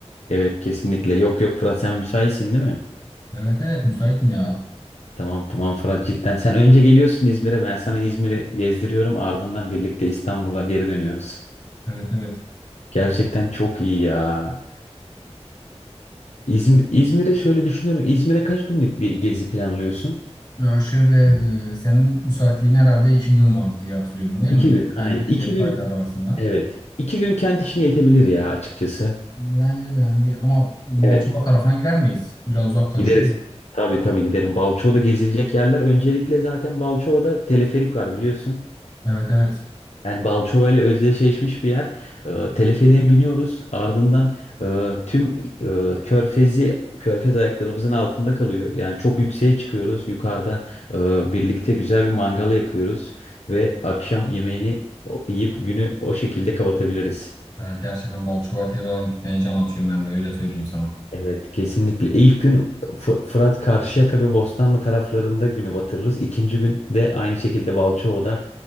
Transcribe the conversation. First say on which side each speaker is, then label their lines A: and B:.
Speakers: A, on the left; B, on the left.
A: Evet kesinlikle. Yok yok Fırat sen müsaitsin değil mi?
B: Evet evet müsaitim ya.
A: Tamam tamam Fırat cidden. Sen önce geliyorsun İzmir'e. Ben sana İzmir'i gezdiriyorum. Ardından birlikte İstanbul'a geri dönüyoruz.
B: Evet evet.
A: Gerçekten çok iyi ya. İzmir, İzmir'e şöyle düşünüyorum. İzmir'e kaç günlük bir gezi planlıyorsun?
B: Ya şöyle e, senin müsaitliğin herhalde iki gün vardı diye hatırlıyorum değil
A: İki
B: mi?
A: gün aynen.
B: Ben geleceğim
A: İki
B: tarihler
A: gün
B: arasında.
A: evet. İki gün kent işine yetebilir ya açıkçası.
B: Bence de yani bir ama Balçova
A: Evet
B: tarafına gider miyiz? Biraz uzak kaçıyor.
A: gideriz. Tabii tabii giderim. Balçova'da gezilecek yerler. Öncelikle zaten Balçova'da teleferik var biliyorsun.
B: Evet evet.
A: Yani Balçova ile özdeşleşmiş bir yer. Ee, teleferiğe biniyoruz. Ardından e, tüm e, körfezi, körfez ayaklarımızın altında kalıyor. Yani çok yükseğe çıkıyoruz. Yukarıda e, birlikte güzel bir mangal yakıyoruz. Ve akşam yemeğini o- yiyip günü o şekilde kapatabiliriz.
B: Ya gerçekten Balçova'ya gitmeye can atıyorum Emre öyle söyleyeyim sana.
A: Evet kesinlikle. İlk gün F- Fırat Karşıyaka ve Bostanlı taraflarında günü batırırız. İkinci gün de aynı şekilde Balçova'da